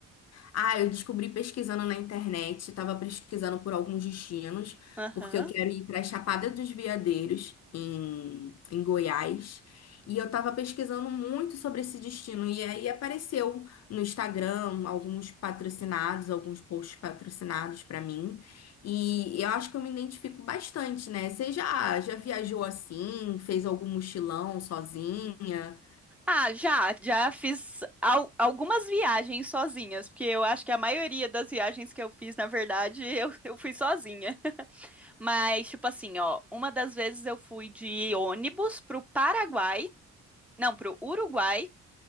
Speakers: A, on the left; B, in the centre.
A: Ah, eu descobri pesquisando na internet, estava pesquisando por alguns destinos,
B: Aham.
A: porque eu quero ir para a Chapada dos Veadeiros, em, em Goiás. E eu estava pesquisando muito sobre esse destino. E aí apareceu no Instagram alguns patrocinados, alguns posts patrocinados para mim. E eu acho que eu me identifico bastante, né? Você já, já viajou assim? Fez algum mochilão sozinha?
B: Ah, já, já fiz al- algumas viagens sozinhas, porque eu acho que a maioria das viagens que eu fiz, na verdade, <laughs> eu, eu fui sozinha. <laughs> Mas, tipo assim, ó, uma das vezes eu fui de ônibus pro Paraguai, não, pro Uruguai.